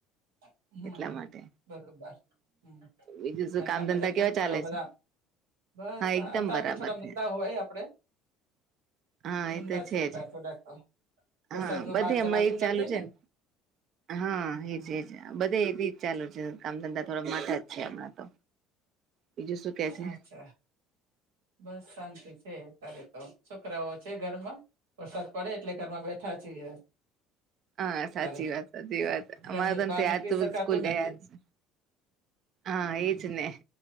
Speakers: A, on the right; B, on the right.
A: હમ
B: એટલા
A: હમ
B: માટે
A: બરોબર હમ
B: બીજું શું
A: ઘરના
B: કામ ધંધા
A: બધા કેમ
B: કેવા ચાલે
A: કરો બધા
B: છે
A: બસ
B: હા એકદમ
A: અત્યારે
B: બરાબર
A: તો થોડા
B: છે
A: મંદા હોય આપડે
B: હા
A: મંદા
B: એ તો છે
A: અત્યારે
B: જ
A: થોડાક તો વરસાદમાં
B: હા બધેમાં
A: બહાર જવાતું
B: એજ ચાલુ
A: નથી
B: છે ને હા
A: હમ
B: એજ
A: હમ
B: એજ બધે એવી જ ચાલુ છે કામ ધંધા થોડા માટા જ છે હમણાં તો બીજું શું કે છે
A: અચ્છા બસ શાંતિ છે. તારે તો છોકરાઓ છે ઘરમાં? વરસાદ પડે એટલે ઘરમાં બેઠા છીએ.
B: હા સાચી
A: અત્યારે
B: વાત સાચી વાત
A: ઘરની
B: અમારે તને
A: બહાર નીકળી
B: આજ તો બ
A: શકાતું
B: સ્કૂલ ગહ્યા
A: નથી
B: છે. હા
A: હમ
B: એજ ને,